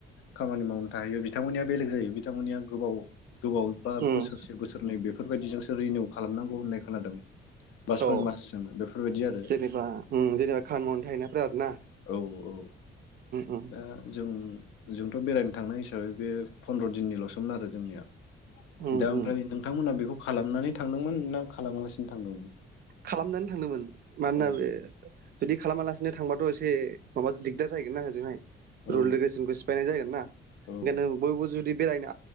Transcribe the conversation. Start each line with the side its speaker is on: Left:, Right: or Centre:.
Left: खामानि मावनो थाहैयो बिथांमोननिया बेलेग जायो बिथांमोननिया गोबाव गोबाव बा
Right: उम
Left: बोसोरसे बोसोरनै बे बेफोरबायदिजोंसो रिनिउ खालामनांगौ होननाय खोनादों बा सय
Right: औ
Left: मासजों बेफोरबायदि आरो
Right: जेनेबा उम जेनेबा खामानि मावनो थाहैनायफोरा आरो ना
Left: औ औ
Right: उम
Left: दा जों जोंथ' बेरायनो थांनाय हिसाबै बे फन्द्र' दिननिल'सोमोन आरो जोंनिया
Right: उम
Left: दा
Right: उम
Left: ओमफ्राय नोंथांमोना बेखौ खालामनानै थांदोंमोन ना खालामालासिनो थांदोंमोन
Right: खालामनानै थांदोंमोन मानोना
Left: औ
Right: बे बेदि खालामालासिनो थांबाथ' एसे एसे माबा दिगदार जाहैगोन ना ओजोंहाय रुल
Left: औ
Right: रेगुलेसनखौ सिफायनाय जागोन ना
Left: औ
Right: ओंखायनो बयबो जुदि बेरायनो